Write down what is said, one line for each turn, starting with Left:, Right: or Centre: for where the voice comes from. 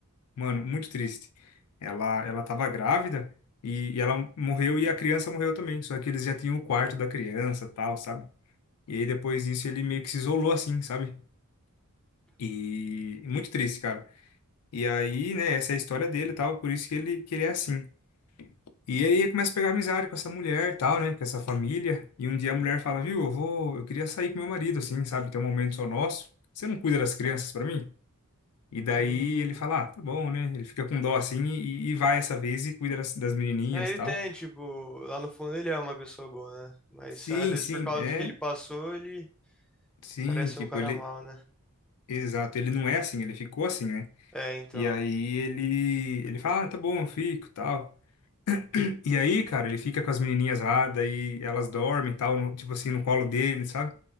Left: Mano, muito triste. Ela ela tava grávida e, e ela morreu e a criança morreu também, só que eles já tinham o quarto da criança, tal, sabe? E aí depois disso ele meio que se isolou assim, sabe? E muito triste, cara. E aí, né, essa é a história dele, e tal, por isso que ele que ele é assim. E aí começa a pegar amizade com essa mulher e tal, né? Com essa família. E um dia a mulher fala, viu, eu vou, eu queria sair com meu marido, assim, sabe? Ter um momento só nosso. Você não cuida das crianças pra mim? E daí
Centre: Hum.
Left: ele fala, ah, tá bom, né? Ele fica com dó assim e, e vai essa vez e cuida das, das menininhas
Centre: É, ele
Left: e tal.
Centre: tem, tipo, lá no fundo ele é uma pessoa boa, né? Mas
Left: Sim,
Centre: às vezes
Left: sim,
Centre: por causa
Left: é,
Centre: do que ele passou, ele
Left: sim,
Centre: parece
Left: tipo,
Centre: um cara
Left: ele,
Centre: mal, né?
Left: exato, ele não é assim, ele ficou assim, né?
Centre: É, então.
Left: E aí ele, ele fala, ah, tá bom, eu fico, e tal. E aí, cara, ele fica com as menininhas lá, daí elas dormem, e tal, no- tipo assim, no colo dele, sabe?